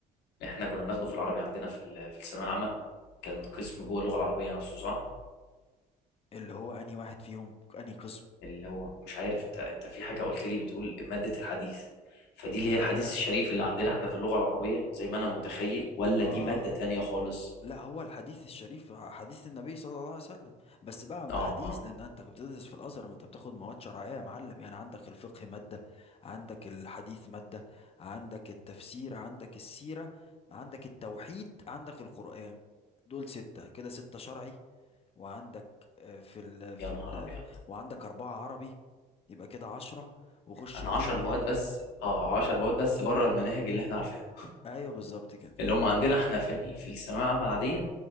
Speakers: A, on the left; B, on the left.
A: احنا كنا بناخده في العربي عندنا في ال- في الثانوية العامة كان قسم جوه اللغة العربية نفسه صح
B: اللي هو أنهي واحد فيهم أنهي قسم
A: اللي هو مش عارف انت انت في حاجة قلت لي بتقول مادة الحديث فدي اللي
B: لا
A: هي الحديث
B: ده
A: الشريف اللي عندنا احنا في اللغة العربية زي ما انا متخيل ولا
B: اه
A: دي مادة تانية خالص
B: لا هو الحديث الشريف حديث النبي صلى الله عليه وسلم بس بقى
A: اه
B: حديث
A: آه،
B: لان انت كنت بتدرس في الازهر ما انت بتاخد مواد شرعيه يا معلم يعني عندك الفقه ماده عندك الحديث ماده عندك التفسير عندك السيره عندك التوحيد عندك القران دول سته كده سته شرعي وعندك آه، في ال
A: يا
B: في
A: نهار
B: ال
A: ابيض
B: وعندك أربعة عربي يبقى كده عشرة وخش
A: انا
B: كيمياء
A: 10 مواد
B: في
A: بس اه 10 مواد بس بره المناهج اللي احنا عارفينها
B: أيوه بالظبط كده
A: اللي هم عندنا احنا في ال- في الثانويه العامه العاديه